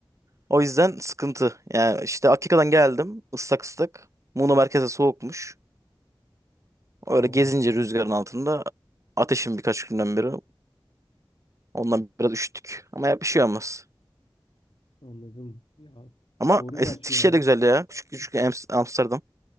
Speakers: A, on the right; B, on the left.
A: O yüzden sıkıntı. Yani işte Akika'dan geldim ıslak ıslak. Muğla merkeze soğukmuş. Öyle
B: Oo
A: gezince
B: sıkıntı.
A: rüzgarın altında ateşim birkaç günden beri. Ondan biraz üşüttük. Ama ya bir şey olmaz.
B: Anladım. Ya
A: Ama
B: doğru
A: Eskişehir
B: gerçi ya.
A: de güzeldi ya. Küçük küçük Ams- Amsterdam.